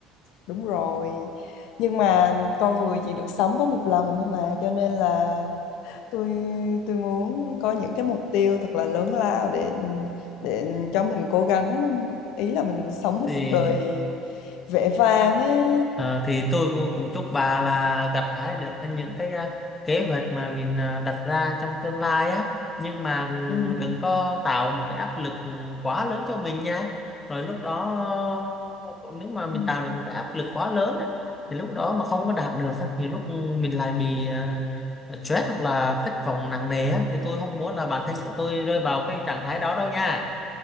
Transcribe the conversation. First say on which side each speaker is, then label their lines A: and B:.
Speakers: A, on the left (about 75°); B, on the left (about 20°).
A: đúng rồi nhưng mà con người chỉ được sống có một lần thôi mà cho nên là tôi tôi muốn có những cái mục tiêu thật là lớn lao để để cho mình cố gắng ý là mình sống
B: <laughs>
A: một
B: thì
A: cuộc đời vẻ vang á
B: Ờ, thì tôi cũng, cũng chúc bà là gặt hái được cái- những cái à, kế hoạch mà mình à, đặt ra trong tương lai á nhưng mà ừm,
A: ừ.
B: đừng có tạo một cái áp lực ừm, quá lớn cho mình nha rồi lúc đó nếu mà mình
A: Ừ.
B: tạo được một cái áp lực quá lớn á thì lúc đó mà không có đạt được á, nhiều lúc ừm, mình lại bị à, stress hoặc là thất vọng nặng nề á thì tôi không muốn là bản thân của tôi rơi vào cái trạng thái đó đâu nha